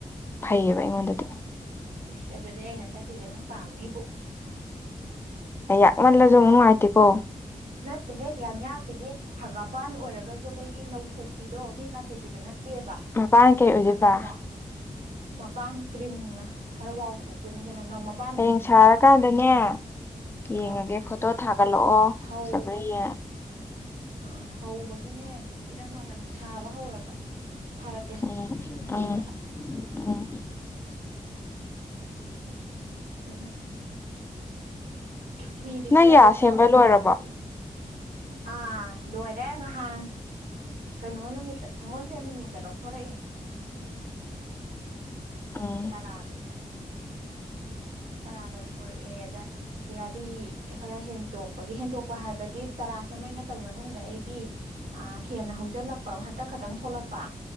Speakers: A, on the left (about 15°); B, on the right (about 80°).
A: ꯐꯩꯌꯦꯕ ꯑꯩꯉꯣꯟꯗꯥꯗꯤ
B: ꯏꯁ ꯑꯗꯨꯗꯤ ꯑꯩ ꯍꯟꯗꯛꯀꯤꯁꯦ ꯅꯪ ꯄꯥꯝꯅꯤꯕꯨ
A: ꯌꯥꯛꯃꯜꯂꯥꯁꯨ ꯑꯃꯨꯛ ꯅꯨꯡꯉꯥꯏꯇꯦꯀꯣ
B: ꯅꯠꯇꯦꯍꯦ ꯌꯥꯝ ꯌꯥꯛꯇꯦꯍꯦ ꯍꯪꯒꯥꯝꯄꯥꯟ ꯑꯣꯏꯔꯒꯁꯨ ꯑꯈꯣꯏꯒꯤ ꯅꯧꯊꯣꯛꯄꯤꯗꯣ ꯃꯤ ꯀꯥꯊꯦꯛꯄꯤꯗꯣ ꯅꯠꯇꯦ ꯇꯦꯕ
A: ꯃꯄꯥꯟ ꯀꯩ ꯑꯣꯏꯗꯣꯏꯕ
B: ꯑꯗꯥ ꯑꯃꯨꯛ ꯃꯄꯥꯟ ꯀ꯭ꯔꯤꯝꯅ ꯈꯔ ꯋꯥꯥꯎ ꯊꯣꯛꯇꯣꯏꯅꯤꯗꯅ <unintelligible>
A: ꯍꯌꯦꯡ ꯁꯥꯔꯀꯥꯟꯗꯅꯦ ꯌꯦꯡꯉꯒꯦ
B: ꯍꯣꯏ ꯍꯣꯏ
A: ꯐꯣꯇꯣ ꯊꯥꯒꯠꯂꯛꯑꯣ
B: ꯍꯧꯕꯒꯤ
A: ꯆꯠꯄ꯭ꯔꯥ ꯌꯦꯡꯉꯒꯦ
B: ꯑꯥ ꯍꯧꯕꯒꯤꯅꯦ ꯄꯤꯔꯝꯃꯕꯅꯤ ꯁꯥꯕ ꯍꯧꯔꯒ ꯊꯥꯔꯛꯀꯦ
A: ꯎꯝ
B: ꯅꯥꯉꯣꯟꯗ
A: ꯎꯝ ꯎꯝ
B: ꯑꯗꯨꯅ ꯐꯤꯗꯤ
A: ꯅꯪ
B: ꯈꯔꯗꯤ
A: ꯌꯥ ꯁꯦꯝꯕ
B: ꯆꯥꯎꯋꯦ
A: ꯂꯣꯏꯔꯕꯣ
B: ꯁꯥꯔꯤ ꯃꯇꯤꯛ ꯑꯥ ꯂꯣꯏꯔꯦ ꯅꯍꯥꯟ ꯀꯩꯅꯣ ꯅꯨꯃꯤꯠꯇ ꯁꯪꯒꯣꯜꯁꯦꯟ ꯅꯨꯃꯤꯠꯇ ꯂꯧꯊꯣꯔꯛꯏꯅꯦ
A: ꯎꯝ
B: ꯇꯔꯥꯗꯣ ꯇꯔꯥ ꯂꯧꯊꯣꯔꯛꯑꯦ ꯑꯗꯥ ꯌꯥꯔꯤ ꯈꯔ ꯍꯦꯟꯇꯣꯛꯄꯒꯤ ꯍꯦꯟꯇꯣꯛꯄ ꯍꯥꯏꯕꯗꯤ ꯇꯔꯥ ꯁꯦꯝꯕꯩ ꯅꯠꯇꯕ ꯃꯅꯨꯡꯗ ꯑꯩꯒꯤ ꯑꯥ ꯍꯦꯟꯅ ꯍꯧꯖꯤꯜꯂꯛꯄ ꯍꯟꯇꯛ ꯈꯛꯇꯪ ꯊꯣꯛꯂꯛꯄ